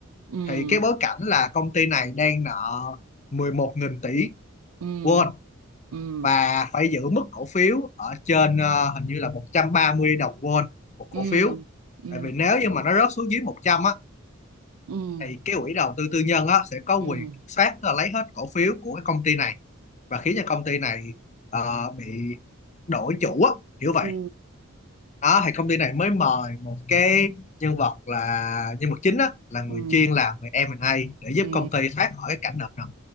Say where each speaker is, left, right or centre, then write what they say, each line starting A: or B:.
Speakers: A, on the right; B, on the left.
A: ừ
B: thì cái bối cảnh là công ty này đang nợ 11 nghìn tỷ
A: ừ
B: won
A: ừ
B: và phải giữ mức cổ phiếu ở trên ờ, hình như là 130 đồng won một cổ
A: ừ
B: phiếu
A: ừ
B: tại vì nếu như mà nó rớt xuống dưới 100 á
A: ừ
B: thì cái quỹ đầu tư tư nhân á sẽ có
A: ừ
B: quyền kiểm soát tức là lấy hết cổ phiếu của cái công ty này và khiến cho công ty này ờ, bị đổi chủ á kiểu vậy
A: ừ
B: đó thì công ty này mới mời một cái nhân vật là nhân vật chính á là người
A: ừ
B: chuyên làm về M&A để giúp
A: ừ
B: công ty thoát khỏi cái cảnh nợ nần